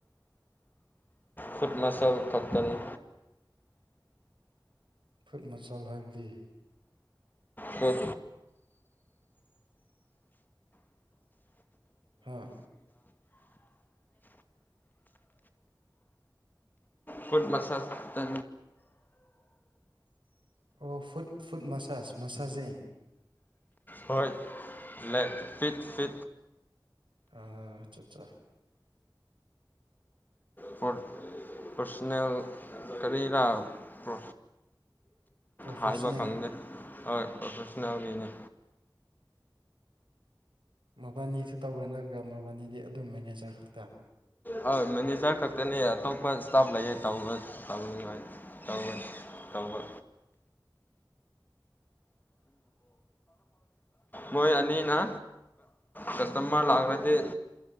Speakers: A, on the left (about 20°); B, on the right (about 75°).
A: ꯐꯨꯠ ꯃꯁꯜ ꯊꯛꯛꯇꯅꯤ
B: ꯐꯨꯠ ꯃꯆꯥꯜ ꯍꯥꯏꯕꯗꯤ
A: ꯍ
B: ꯍꯥꯥ
A: ꯐꯨꯠ ꯃꯁꯥ ꯇ
B: ꯑꯣ ꯐꯨꯠ ꯐꯨꯠ ꯃꯁꯥꯁ ꯃꯁꯖꯦ
A: ꯍꯣꯏ ꯂꯦ ꯐ ꯐ
B: ꯑ ꯑꯆꯥꯆꯥ ꯑꯠꯆꯥ
A: ꯄ ꯄꯣꯁꯅꯦꯜ ꯀꯔꯤꯔ ꯄꯣ
B: ꯄ꯭ꯔꯣꯐꯦꯁꯅꯦꯜ
A: ꯍꯥꯏꯕ ꯈꯪꯗꯦ ꯍꯣꯏ ꯄ꯭ꯔꯣꯐꯦꯁꯅꯦꯜꯒꯤꯅꯦ
B: ꯃꯕꯥꯅꯤꯁꯨ ꯇꯧꯕ꯭ꯔꯥ ꯅꯠꯇ꯭ꯔꯒ ꯃꯕꯥꯅꯤꯗꯤ ꯑꯗꯨꯝ ꯃꯦꯅꯦꯖꯔ ꯈꯛꯇ
A: ꯍꯣꯏ ꯃꯦꯅꯦꯖꯔ ꯈꯛꯇꯅꯦ ꯑꯇꯣꯞꯄ ꯏꯁꯇꯥꯐ ꯂꯩꯌꯦ ꯇ ꯇꯧꯅꯤꯡꯉꯥꯏ ꯇꯧꯒꯅꯤ ꯇꯧꯕ ꯃꯣꯏ ꯑꯅꯤꯅ ꯀꯁꯇꯃꯔ ꯂꯥꯛꯈ꯭ꯔꯗꯤ